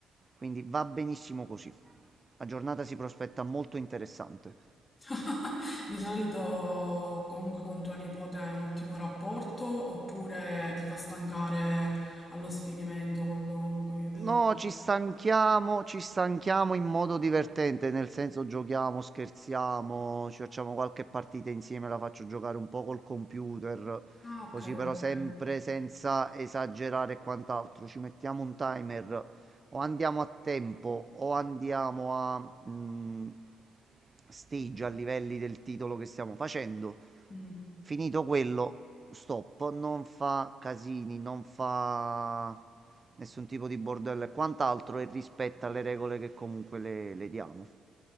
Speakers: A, on the right; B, on the left.
A: quindi va benissimo così. La giornata si prospetta molto interessante.
B: <laughs> Di solito comunque con tua nipote hai un ottimo rapporto oppure ti fa stancare allo sfinimento quando comunque vi vedete?
A: No, ci stanchiamo, ci stanchiamo in modo divertente, nel senso giochiamo, scherziamo, ci facciamo qualche partita insieme, la faccio giocare un po' col computer,
B: Ah, ok,
A: così però
B: ok.
A: sempre senza esagerare e quant'altro. Ci mettiamo un timer o andiamo a tempo o andiamo a mh, stage a livelli del titolo che stiamo facendo.
B: Mm.
A: Finito quello, stop, non fa casini, non fa nessun tipo di bordello e quant'altro e rispetta le regole che comunque le, le diamo.